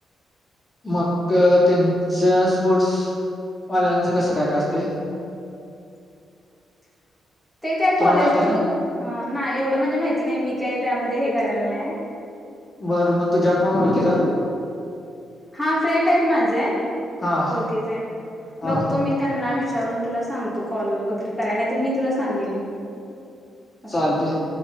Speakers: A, on the left; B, in the centre.
A: मग त्यांच्या स्पोर्ट्स ऑनलाईनचं कसं काय का असते?
B: <inaudible> ते काय कॉलेज
A: तुला माहित आहे
B: थ्रू अ नाही एवढं म्हंजे माहिती नाही मी काय त्यामध्ये हे करेल नाय हं.
A: बरं मग तुझ्या कोण ओळखीच?
B: हा फ्रेंड आहेत माझे.
A: हा
B: ओळखीचे
A: हा
B: बघतो मी त्यांना विचारून तुला सांगतो. कॉल वगैरे कराय नाही त मी तुला सांगेन. असं
A: चालते